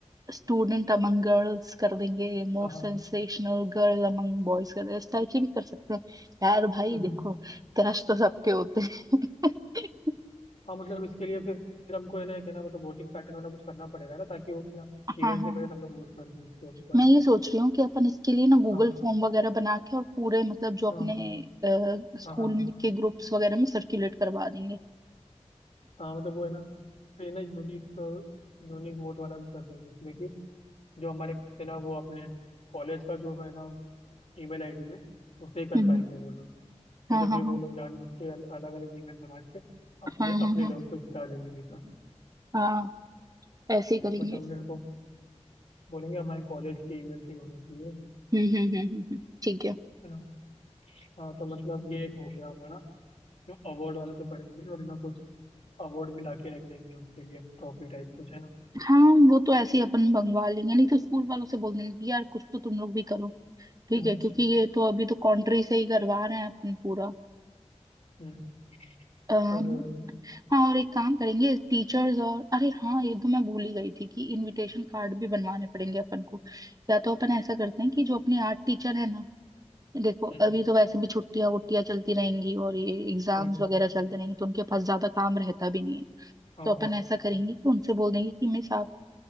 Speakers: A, on the right; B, on the left.
A: student among girls कर देंगे most
B: हाँ हाँ
A: sensational girl among boys कर देंगे इस टाइप से भी कर सकते हैं यार भाई
B: हम्म हम्म।
A: देखो क्रश तो सबके होते हैं <laughs>
B: हाँ मतलब इसके लिए फिर फिर हमको है ना एक है ना मतलब वोटिंग पैटर्न वाला कुछ करना पड़ेगा ना ताकि वो ना इवेंट
A: हाँ हाँ
B: से पहले
A: हाँ
B: सब लोग वोट कर दें उसके ऊपर
A: मैं ये सोच रही हूँ कि अपन इसके लिए ना गूगल
B: हाँ
A: फॉर्म वगैरह बना के और पूरे मतलब जो अपने
B: हाँ
A: स्कूल
B: हाँ हाँ
A: में के ग्रुप्स वगैरह में सर्कुलेट करवा देंगे
B: हाँ मतलब वो है ना फिर ना यूनिक यूनिक वोट वाला भी कर देंगे उसमें कि जो हमारे से ना वो अपने कॉलेज का जो है ना ईमेल आईडी है उसे ही कर
A: हम्म
B: पाएंगे
A: हम्म,
B: वो लोग
A: हाँ
B: नहीं तो
A: हाँ
B: फिर वो लोग जानबूझ के अलग अलग ईमेल बना के अपने
A: हाँ हाँ हाँ
B: अपने
A: हाँ
B: लोग को जिता देंगे नहीं तो
A: हाँ ऐसे ही करेंगे
B: मतलब उनको बोलेंगे हमारे कॉलेज के ईमेल से ही होना चाहिए
A: हम्म हम्म हम्म हम्म हम्म, ठीक है
B: है ना हाँ तो मतलब ये एक हो गया हमारा जो अवार्ड वाला तो करेंगे ही, और ना कुछ अवार्ड भी लाके रख देंगे उसके लिए ट्रॉफी टाइप कुछ है ना
A: हाँ वो तो ऐसे ही अपन मंगवा लेंगे नहीं तो स्कूल वालों से बोल देंगे कि यार कुछ तो तुम लोग भी करो ठीक
B: हम्म
A: है क्योंकि ये तो अभी तो कंट्री से ही करवा रहे हैं अपन पूरा
B: हम्म,
A: अम,
B: वही वही वही
A: हाँ और एक काम करेंगे टीचर्स और अरे हाँ ये तो मैं भूल ही गई थी कि इनविटेशन कार्ड भी बनवाने पड़ेंगे अपन को या तो अपन ऐसा करते हैं कि जो अपनी आर्ट टीचर है ना देखो
B: हम्म
A: अभी तो वैसे भी छुट्टियां वुट्टियां चलती रहेंगी और ये एग्जाम्स
B: हम्म
A: वगैरह चलते रहेंगे तो उनके पास ज्यादा काम रहता भी नहीं है
B: हाँ
A: तो अपन
B: हाँ
A: ऐसा करेंगे कि उनसे बोल देंगे कि मिस आप